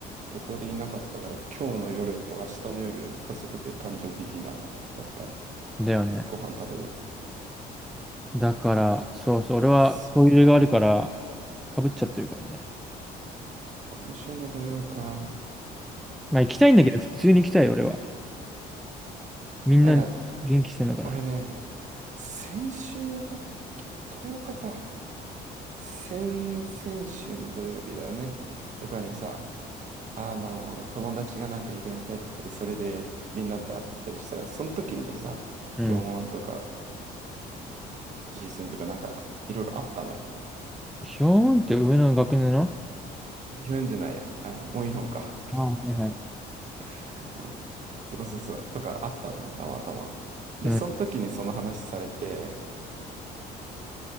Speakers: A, on the right; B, in the centre.
A: 旅行でいなかったから、今日の夜と明日の夜、家族で誕生日ディナーだもん。やっぱり、
B: だよね。
A: ご飯食べるもん。
B: だから、そうそう、俺は、
A: そ
B: トイレがあるから、かぶっちゃってるからね。
A: 今週の土曜か。
B: まあ行きたいんだけど、普通に行きたい、俺は。みんな元気してんのかな。
A: なんか、俺ね、先週だっけ ?10 日かか。先、先週の土曜日だね。とかにさ、あの、友達がなんかイベントやってて、それでみんなと会ってたりしたら、その時にさ、
B: うん。
A: キョンウォンとか、ジースンとかなんか、いろいろあったのよ。
B: ヒョーンって上の学年の
A: ヒョンじゃないや。あ、ウォンヒョンか。
B: ああ、はいはい。
A: <laughs> うん。そうそうそう。とかあったのよ、たまたま。で、
B: うん。
A: その時にその話されて、